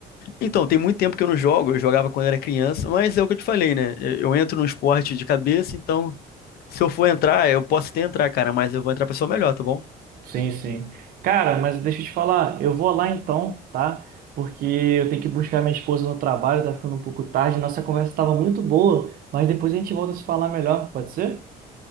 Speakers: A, on the left; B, on the right.
A: Então, tem muito tempo que eu não jogo. Eu jogava quando era criança, mas é o que eu te falei, né? Eu eu entro no esporte de cabeça, então se eu for entrar, eu posso até entrar, cara, mas eu vou entrar pra ser o melhor, tá bom?
B: Sim, sim. Cara, mas deixa eu te falar, eu vou lá então, tá? Porque eu tenho que buscar minha esposa no trabalho, tá ficando um pouco tarde. Nossa conversa estava muito boa, mas depois a gente volta a se falar melhor, pode ser?